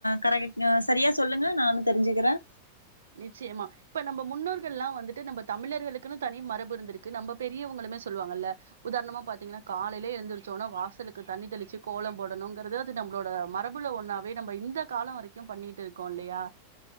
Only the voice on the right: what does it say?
நிச்சயமா இப்ப நம்ப முன்னோர்கள்லா வந்துட்டு நம்ம தமிழர்களுக்குனு தனி மரபு இருந்துருக்கு நம்ப பெரியவங்களுமே சொல்லுவாங்கல்ல உதாரணமா பாத்தீங்கனா காலைலே எழுந்தருச்சோன வாசலுக்கு தண்ணி தெளிச்சு கோலம் போடணுங்கிறது அது நம்ளோட மரபுல ஒன்னாவே நம்ம இந்த காலோ வரைக்கு பண்ணிட்டு இருக்கோ இல்லயா